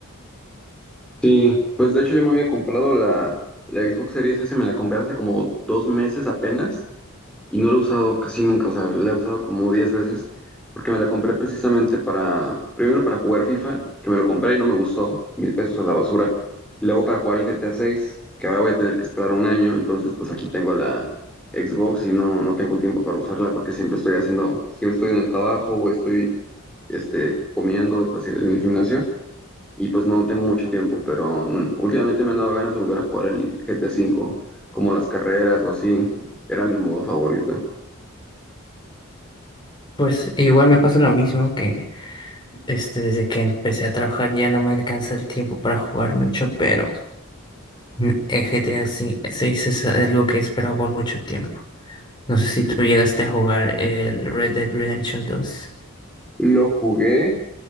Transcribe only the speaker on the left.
Pues e igual me pasa lo mismo que este, desde que empecé a trabajar ya no me alcanza el tiempo para jugar mucho, pero mm, el GTA 6 es algo que he esperado por mucho tiempo. No sé si tú llegaste a jugar el Red Dead Redemption dos.